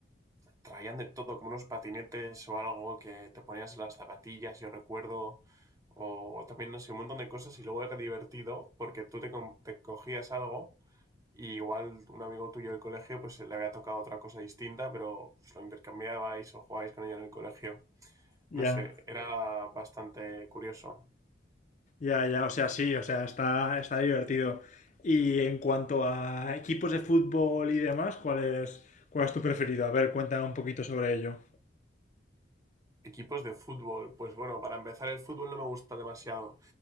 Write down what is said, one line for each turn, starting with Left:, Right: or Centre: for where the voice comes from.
Right: Traían de todo, como unos patinetes o algo que te ponías en las zapatillas, yo recuerdo, o o también, no sé, un montón de cosas y luego era divertido porque tú te, com- te cogías algo y igual un amigo tuyo del colegio pues le había tocado otra cosa distinta, pero pues, lo intercambiabais o jugabais con ella en el colegio.
Left: Ya.
Right: No sé, era bastante curioso.
Left: Ya, ya, o sea, sí, o sea, está, está divertido. Y en cuanto a equipos de fútbol y demás, ¿cuál es, cuál es tu preferido? A ver, cuéntame un poquito sobre ello.
Right: Equipos de fútbol, pues bueno, para empezar el fútbol no me gusta demasiado.